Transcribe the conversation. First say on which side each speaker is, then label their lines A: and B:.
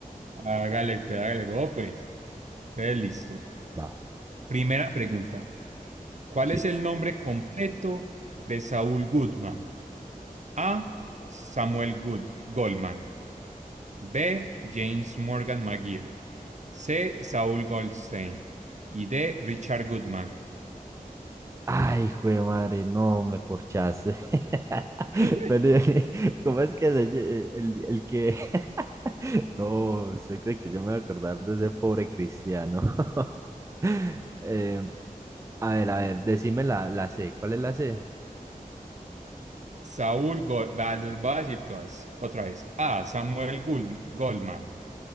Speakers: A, on the right; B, on the right.
A: Hágale pues, hágale vos pues. Entonces, listo.
B: Va,
A: Primera pregunta. ¿Cuál
B: sí.
A: es el nombre completo de Saúl Goodman? A. Samuel Good- Goldman. B. James Morgan McGill. C. Saul Goldstein. Y D. Richard Goodman.
B: Ay, jue madre, no me corchaste. <laughs>
A: <laughs>
B: Pero, eh, ¿cómo es que se lle- el, el que <laughs> no, usted cree que yo me voy a acordar de ese pobre cristiano? <laughs> Eh, a ver, a ver, decime la, la C. ¿Cuál es la C?
A: Saul Gol- va- voy a decir todas otra vez. A. Samuel Gold- Goldman.